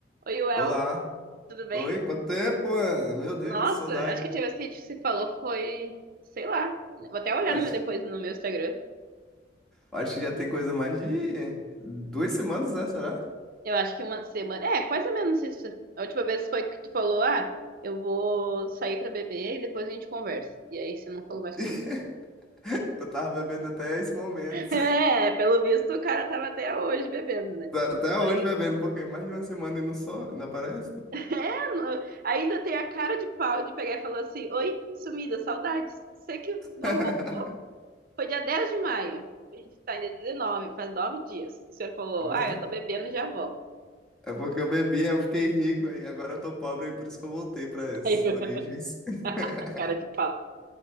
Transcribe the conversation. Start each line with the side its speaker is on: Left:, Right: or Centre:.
Right: Oi, Uel,
Centre: Olá.
Right: tudo bem?
Centre: Oi, quanto tempo, mano? Meu Deus,
Right: Nossa,
Centre: saudade.
Right: acho que a última vez que a gente se falou foi, sei lá, vou até olhar
Centre: Acho,
Right: no meu depois no meu Instagram.
Centre: acho que já tem coisa mais de duas semanas, né? Será?
Right: Eu acho que uma semana, é, mais ou menos isso. A última vez foi que tu falou, ah, eu vou sair pra beber e depois a gente conversa. E aí você não falou mais
Centre: <laughs>
Right: comigo.
Centre: Eu tava bebendo até esse momento.
Right: <laughs>
Centre: <laughs>
Right: É, pelo visto o cara tava até hoje bebendo, né?
Centre: Tá Até
Right: Foi.
Centre: hoje bebendo,
Right: <laughs>
Centre: porque mais de uma semana e não só, não aparece.
Right: É, no- ainda tem a cara de pau de pegar e falar assim, oi, sumida, saudades. Você que não
Centre: <laughs>
Right: voltou? Foi dia 10 de maio. A gente tá ainda 19, faz nove dias. que O senhor falou,
Centre: É porque,
Right: ah, eu tô bebendo e já volto.
Centre: é porque eu bebi, aí eu fiquei rico, aí agora eu tô pobre, aí por isso que eu voltei pras
Right: Aí eu,
Centre: origens.
Right: <laughs>
Centre: <laughs>
Right: cara de pau.